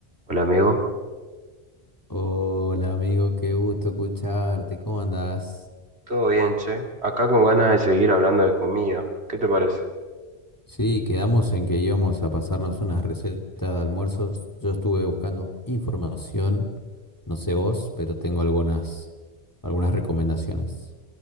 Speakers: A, on the right (about 70°); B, on the left (about 20°).
A: Hola amigo,
B: Hola amigo, qué gusto escucharte, ¿cómo andás?
A: ¿todo bien, che? Acá con ganas de seguir hablando de comida. ¿Qué te parece?
B: Sí, quedamos en que íbamos a pasarnos unas recetas de almuerzos. Yo estuve buscando información, no sé vos, pero tengo algunas, algunas recomendaciones.